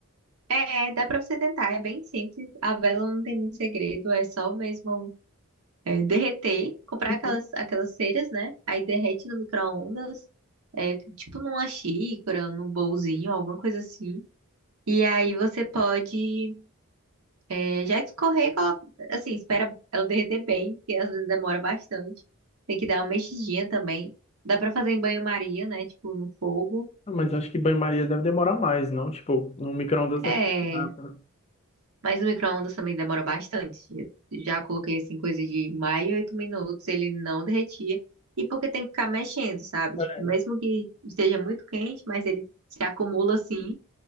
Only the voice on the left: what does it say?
Uhum.
Ah, Mas acho que banho-maria deve demorar mais, não? Tipo, no micro-ondas deve
ficar rápido.
É.